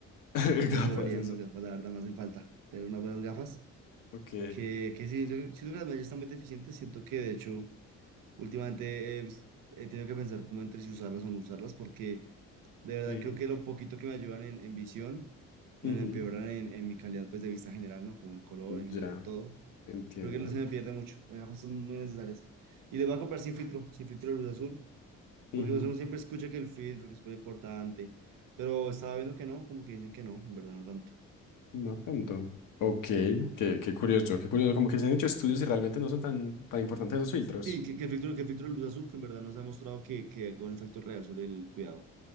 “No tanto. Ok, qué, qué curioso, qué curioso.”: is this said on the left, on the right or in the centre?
Left